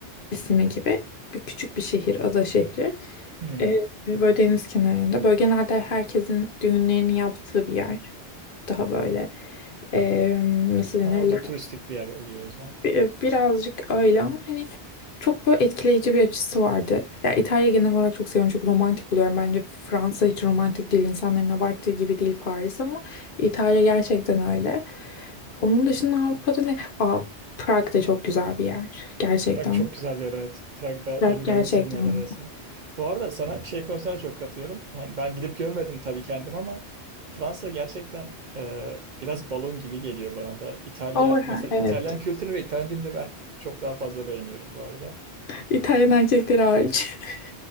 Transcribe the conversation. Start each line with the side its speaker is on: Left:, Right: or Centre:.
Left: ismi gibi bir küçük bir şehir, ada şehri.
Right: Hmm.
Left: Ee, böyle deniz kenarında. Böyle genelde herkesin düğünlerini yaptığı bir yer. Daha böyle ee, nasıl denir?
Right: Ha, o da turistik bir yer oluyor o zaman.
Left: Ee, Birazcık öyle ama hani çok böyle etkileyici bir açısı vardı. Ya İtalya genel olarak çok seviyorum, çok romantik buluyorum. Bence Fransa hiç romantik değil, insanların abarttığı gibi değil Paris ama İtalya gerçekten öyle. Onun dışında Avrupa'da ne? Aa, Prag da çok güzel bir yer. Gerçekten.
Right: Prag çok güzel bir yer evet. Prag'da
Left: Prag
Right: benim görmek
Left: gerçekten.
Right: istediğim yerler arasında. Bu arada sana şey konusunda çok katılıyorum. Yani ben gidip görmedim tabii kendim ama Fransa gerçekten e, biraz balon gibi geliyor bana da. İtalya
Left: Overhaul.
Right: mesela
Left: Evet.
Right: İtalyan kültürünü ve İtalyan dilini ben çok daha fazla beğeniyorum bu arada.
Left: İtalyan erkekleri hariç. <laughs>